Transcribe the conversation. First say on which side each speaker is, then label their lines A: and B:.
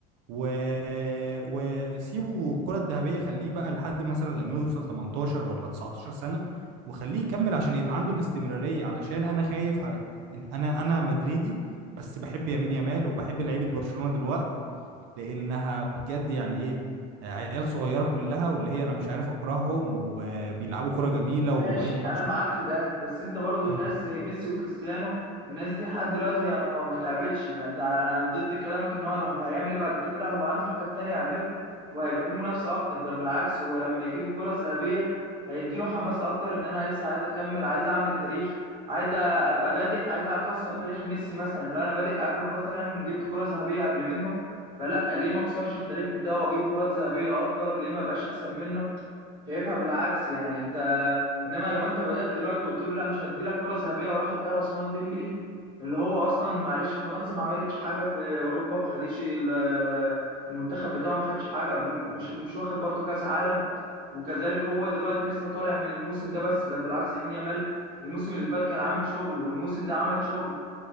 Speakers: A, on the right; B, on the right.
A: و... وسيبه الكرة الذهبية خليه بقى لحد مثلا لما يوصل 18 ولا 19 سنة وخليه يكمل عشان يبقى عنده الاستمرارية علشان أنا خايف على... إن أنا أنا مدريدي بس بحب يمين يامال وبحب لعيبة برشلونة دلوقتي لأنها بجد يعني إيه آه، عيال صغيرة كلها واللي هي أنا مش عارف أكرههم وبيلعبوا كرة جميلة
B: ماشي
A: وأي ماتش
B: انا معاك في ده بس انت برضو
A: مم.
B: ناس زي ميسي وكريستيانو الناس دي لحد دلوقتي هي ما ما تعبتش ما انت انا ضد كلامك ان هو لو هيعمل ايه بعد كده لا هو عنده حاجات تانية يعملها وهيبقى فيه منافسة اكتر بل بالعكس هو لما يجيب الكرة الذهبية هيديله حماس اكتر ان انا لسه عايز اكمل عايز اعمل تاريخ عايز ابقى بادئ عايز اكسر تاريخ ميسي مثلا لو انا بادئ قبله مثلا جبت كرة ذهبية قبل منه فلا ليه ما اكسرش التاريخ بتاعه واجيب كرات ذهبية اكتر ليه ما ابقاش احسن منه شايفها بالعكس يعني انت انما لو انت بدات دلوقتي وقلت له لا مش هدي لك كره ذهبيه واروح اديها لعثمان ديمبلي اللي هو اصلا معلش فرنسا ما عملتش حاجه في اوروبا ما خدش ال- ال- المنتخب بتاعه ما خدش حاجه م- مش مش واخد برضه كاس عالم وكذلك هو دلوقتي لسه طالع من الموسم ده بس بل بالعكس يمين يامال الموسم اللي فات كان عامل شغل والموسم ده عمل شغل